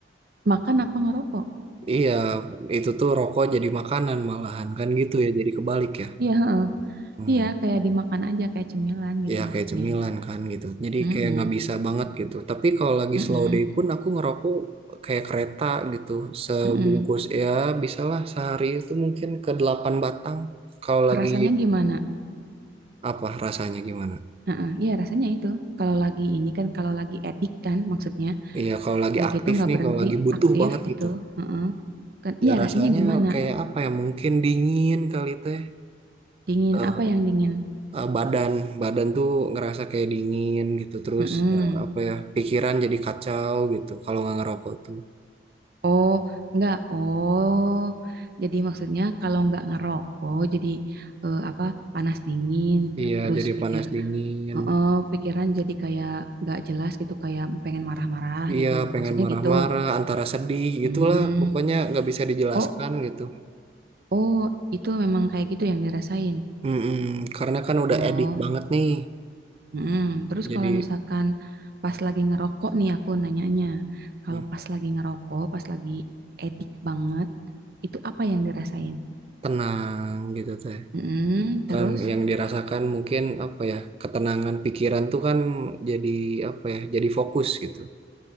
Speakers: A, on the right; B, on the right.
A: makan apa ngerokok?
B: Iya, itu tuh rokok jadi makanan malahan kan gitu ya, jadi kebalik ya.
A: Iya, heeh.
B: Hmm.
A: Iya, kayak dimakan aja kayak cemilan gitu
B: Ya
A: maksudnya.
B: kayak cemilan kan gitu. Jadi
A: Mm-mm,
B: kayak nggak bisa banget gitu. Tapi kalau lagi
A: mm-mm,
B: slow day pun aku ngerokok kayak kereta gitu. Sebungkus
A: mm-mm.
B: ya bisalah sehari itu mungkin ke 8 batang. Kalau lagi
A: Rasanya gimana?
B: apa rasanya gimana?
A: Heeh, iya rasanya itu. Kalau lagi ini kan, kalau lagi edik kan maksudnya
B: Iya, kalau lagi
A: kayak
B: aktif
A: gitu nggak
B: nih,
A: berhenti
B: kalau lagi butuh
A: aktif
B: banget
A: gitu.
B: gitu.
A: Heeh. Kan, iya
B: Ya rasanya
A: rasanya gimana?
B: kayak apa ya? Mungkin dingin kali teh.
A: Dingin
B: Eh,
A: apa yang dingin?
B: eh, badan, badan tuh ngerasa kayak dingin gitu. Terus
A: Mm-mm.
B: eh, apa ya? Pikiran jadi kacau gitu. Kalau nggak ngerokok tuh,
A: Oh, nggak. Oh, jadi maksudnya kalau nggak ngerokok, jadi eh, apa panas dingin.
B: iya
A: Terus
B: jadi
A: pikir
B: panas dingin.
A: Heeh, pikiran jadi kayak nggak jelas gitu, kayak pengen marah-marah
B: Iya,
A: gitu.
B: pengen
A: Maksudnya
B: marah-marah,
A: gitu.
B: antara sedih,
A: Hmm.
B: gitulah. Pokoknya nggak bisa dijelaskan
A: Oh,
B: gitu.
A: oh, itu memang kayak gitu yang dirasain.
B: Mm-mm, Karena kan udah
A: Oh,
B: edik banget nih.
A: mm. Terus
B: Jadi
A: kalau misalkan pas lagi ngerokok nih aku nanyanya, kalau
B: mm,
A: pas lagi ngerokok, pas lagi edik banget, itu apa yang dirasain?
B: tenang gitu teh.
A: Mm. Terus,
B: kan yang dirasakan mungkin apa ya ketenangan pikiran tuh kan jadi apa ya jadi fokus gitu